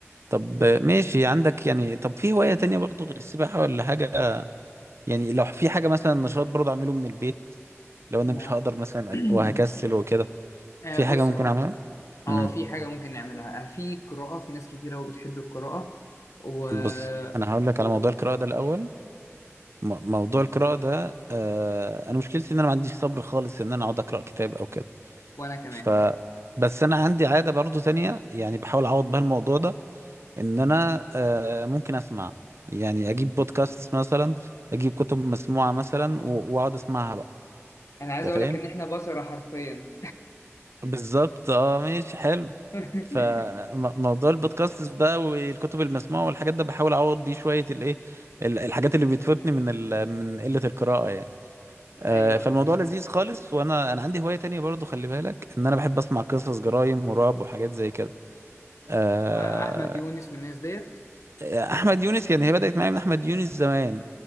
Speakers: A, on the right; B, on the left.
A: طب ماشي عندك يعني طب في هوايه تانية برضه غير السباحه ولا حاجه يعني لو في حاجة مثلا نشاط برضه أعمله من البيت لو أنا
B: نعم
A: مش هقدر مثلا
B: <clears throat>
A: أ- وهكسل وكده
B: آه
A: في
B: بص
A: حاجة ممكن
B: اهو
A: أعملها؟
B: اه
A: امم
B: في حاجة ممكن نعملها آه، في قراءة في ناس كتير أوي بتحب القراءة و
A: بص أنا هقول لك
B: قول
A: على موضوع القراءة ده الأول م- موضوع القراءة ده آه أنا مشكلتي إن أنا ما عنديش صبر خالص إن أنا أقعد أقرأ كتاب أو كده
B: وأنا كمان
A: ف بس أنا عندي عادة برضه تانية يعني بحاول أعوض بها الموضوع ده إن أنا آه ممكن أسمع يعني أجيب بودكاست مثلا أجيب كتب مسموعة مثلا و- وأقعد أسمعها بقى
B: أنا عايز
A: أنت
B: أقول
A: فاهم؟
B: لك إن إحنا بصرة حرفيا
A: بالظبط اه ماشي حلو
B: <laughs>
A: فموضوع البودكاست بقى والكتب المسموعة والحاجات ده بحاول أعوض بيه شوية الإيه ال- الحاجات اللي بتفوتني من ال... من قلة القراءة يعني آه،
B: أيوه
A: فالموضوع لذيذ خالص وأنا أنا عندي هواية تانية برضو خلي بالك إن أنا بحب أسمع قصص جرايم ورعب وحاجات زي كده آه،
B: آه، أحمد يونس والناس ديت
A: أحمد يونس يعني هي بدأت معايا من أحمد يونس زمان